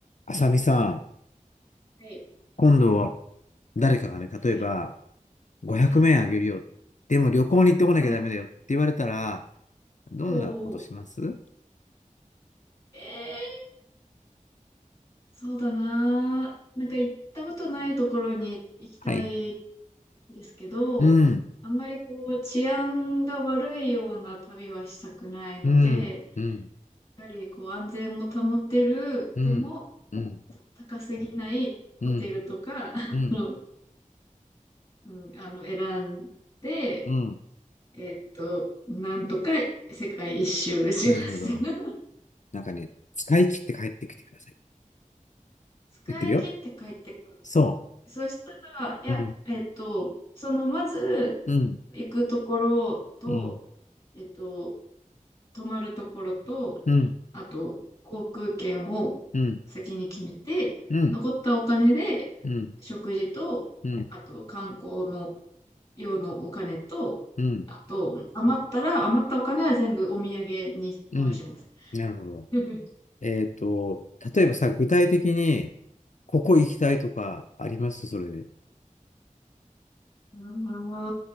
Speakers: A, on the left; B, on the left.
A: あさみさん、
B: はい、
A: 今度は誰かがね、例えば
B: はい、
A: 500円あげるよ。
B: はい、
A: でも旅行に行ってこなきゃダメだよって言われたら、
B: はい。
A: どんなことします
B: おーおー、ええそうだなー。なんか行ったことないところに行きたいん
A: はい。
B: ですけど、
A: うん、
B: あんまりこう治安が悪いような旅はしたくないので、
A: うん、うん、
B: やはりこう安全も保てる、
A: うん、
B: でも
A: うん、
B: た高すぎないホテルとか、
A: うん、
B: <laughs> あの、
A: うん、
B: うん、あの選んで、
A: うん。
B: えっと、なんとか世界一周します。
A: なるほど。
B: <laughs>
A: なんかね、使い切って帰ってきてください。
B: 使い切って帰ってくる。
A: 言ってるよ。そ
B: そしたら、いや、
A: う。うん、
B: えっと、その、まず、
A: うん、
B: 行くところと、
A: うん、
B: えっと、泊まるところと、
A: うん、
B: あと、航空券を先に決めて、
A: うん、うん、
B: 残ったお金で、
A: うん、
B: 食事と、
A: うん、
B: あと、観光の用のお金と、
A: うん、
B: あと、余ったら、余ったお金は全部お土産に回します。
A: うん。なるほど。
B: <laughs> は
A: えっと、例えばさ、具体的に、ここ行きたいとかありますそれで。
B: い。う